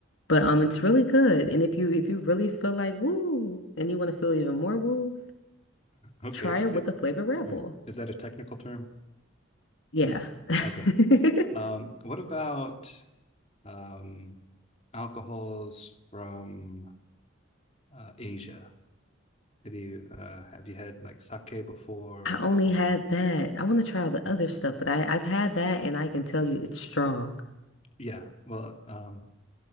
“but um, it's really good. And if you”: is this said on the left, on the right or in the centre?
Left